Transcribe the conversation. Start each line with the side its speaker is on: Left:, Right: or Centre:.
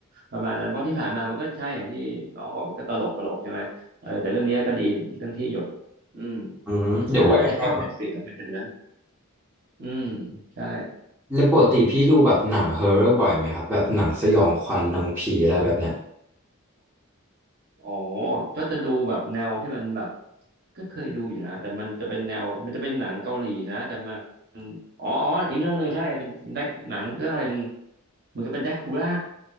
Right: ประมาณนั้นเพราะที่ผ่านมามันก็ใช่อย่างที่น้องบอกมันก็ตลกตลกใช่ไหมเออแต่เรื่องนี้ก็ดีเรื่องที่หยดอืม
Centre: อืมเดี๋ยวไว้ยังไงแบบ
Right: คิดว่ามันน่าจะเข้า Netflix เหมือนกันนะอืมใช่
Centre: แล้วปกติพี่ดูแบบหนังฮอร์เรอร์บ่อยไหมครับแบบหนังสยองขวัญหนังผีอะไรแบบเนี้ย
Right: อ๋อก็จะดูแบบแนวที่มันแบบก็เคยดูอยู่นะ แต่มันจะเป็นแนวมันจะเป็นหนังเกาหลีนะแต่มันอ๋ออ๋ออีกเรื่องหนึ่งใช่เป็นเป็นหนังเรื่องอะไรเหมือนกับเป็นแดคูล่า